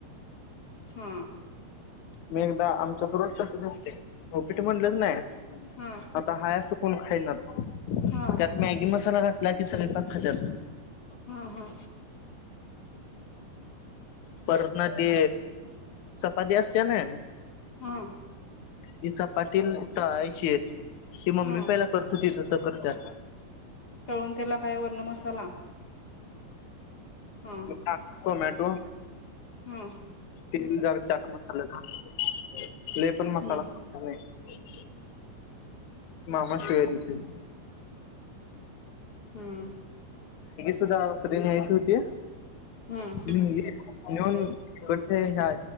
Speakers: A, on the left (about 35°); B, on the left (about 60°).
A: हा
B: मी एकदा आमच्याकडे रोज तसंच असतंय पीठ म्हणल की नाय
A: हा
B: आता हाय असं कोण खाईनात.
A: हा
B: त्यात मॅगी मसाला घाल लाकी सगळे पाक खात्यात.
A: हा हा
B: परत ना ते चपाती असते ना
A: हा
B: ती चपाती तळायची आहे ती मम्मी
A: हा
B: पहिला करत होती तस तर करत्यात.
A: तळून त्याला काय वरन मसाला? हा
B: मग टाक टोमॅटो
A: हम्म
B: तेल जरा चाट मसाला टाक लई पण मसाला
A: हम्म
B: टाका नाही. मामा शिव्या देतो म
A: हम्म
B: तू दाव तरी न्यायची होती.
A: हम्म
B: नेली, नेऊन कट हे ह्या